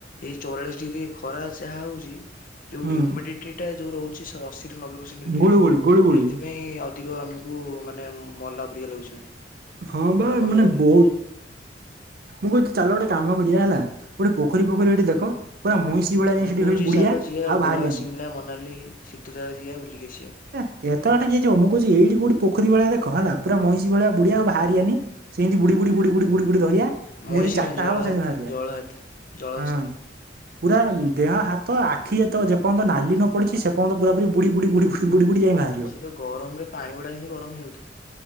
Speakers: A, on the left (about 50°); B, on the right (about 55°).
A: ଏଇ ଚଉରାଳିଶ ଡିଗ୍ରୀ ଖରା ଯାହା ହଉଛି ଯୋଉ
B: ହୁଁ
A: ହ୍ୟୁମିଡିଟିଟା ଯୋଉ ରହୁଛି ସେ ଅଶୀରୁ ନବେ ପରସେଣ୍ଟ ଭିତରେ
B: ଗୁଳୁ ଗୁଳି ଗୁଳୁ ଗୁଳି।
A: ସେଇଥିପାଇଁ ଅ ଅଧିକ ଆମକୁ ମାନେ ମଲା ପରିକା ଲାଗୁଛି ମାନେ
B: ହଁ ବା
A: ପୁରା ମରିଗଲା
B: ମାନେ
A: ପରିକା
B: ବହୁତ
A: ଲାଗୁଛି।
B: ମୁଁ କହୁଛି ଚାଲ ଗୋଟେ କାମ କରିବା ହେଲା ଗୋଟେ ପୋଖରୀ ଫୋଖରୀ ଗୋଟେ ଦେଖ ପୁରା ମଇଁଷି ଭଳିଆ ଯାଇ
A: ମୁଁ
B: ସେଠି
A: କହୁଛି
B: ଖାଲି ବୁଡିଆ
A: ଚାଲ ଯିିବା
B: ଆଉ ବାହାରିଆନି।
A: ଗୋଆ ସିମଲା ମନାଲି ଶୀତ ଜାଗା ଯିିବା ବୁଲିକି ଆସିବା।
B: ଏ ଏତେ ବାଟ କିଏ ଯିବ, ମୁଁ କହୁଛି ଏଇଠି କୋଉଠି ପୋଖରୀ ଭଳିଆ ଦେଖ ହେଲା ପୁରା ମଇଁଷି ଭଳିଆ ବୁଡିବା ଆଉ ଭାଆରିଆନି। ସେମିତି ବୁଡି-ବୁଡି-ବୁଡି-ବୁଡି-ବୁଡି-ବୁଡି ରହିବା
A: ମଇଁଷି
B: ଯେମିତି ଚାରଟା
A: ନୁହେଁ ଜଳ
B: ହବ
A: ହାତୀ
B: ସେମିତି ଭାଆରିବା
A: ଜଳ ହାତୀ ଜଳ ହସ୍ତି।
B: ହଁ। ପୁରା ଦେହ ହାତ ଆଖି ଏତ ଯେପର୍ଯ୍ୟନ୍ତ ନାଲି ନ ପଡିଚି ସେପର୍ଯ୍ୟନ୍ତ ପୁରା ପୁରି ବୁଡି-ବୁଡି-ବୁଡି-ବୁଡି <inaudible> ବୁଡି-ବୁଡି ଯାଇଁ ବାହାଏ।
A: ସେ ତ ଗରମରେ ପାଣିଗୁଡା ଯେମିତି ଗରମ ହେଇଯାଉଥିବ।